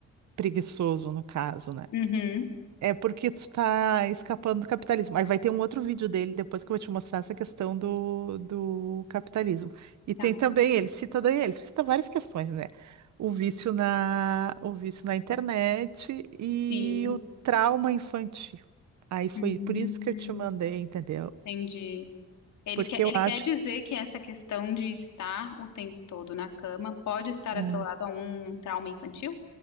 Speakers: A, on the right; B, on the left.
A: preguiçoso, no caso, né?
B: Uhum.
A: É porque tu tá escapando do capitalismo. Aí vai ter um outro vídeo dele depois que eu vou te mostrar essa questão do, do capitalismo. E
B: Tá.
A: tem também, ele cita daí, ele cita várias questões, né? O vício na, o vício na internet e
B: Sim.
A: o trauma infantil. Aí foi
B: Hum,
A: por isso que eu te mandei, entendeu?
B: entendi. Ele
A: Porque
B: quer, ele
A: eu acho
B: quer dizer que essa questão de estar o tempo todo na cama pode estar
A: ah,
B: atrelada a um trauma infantil?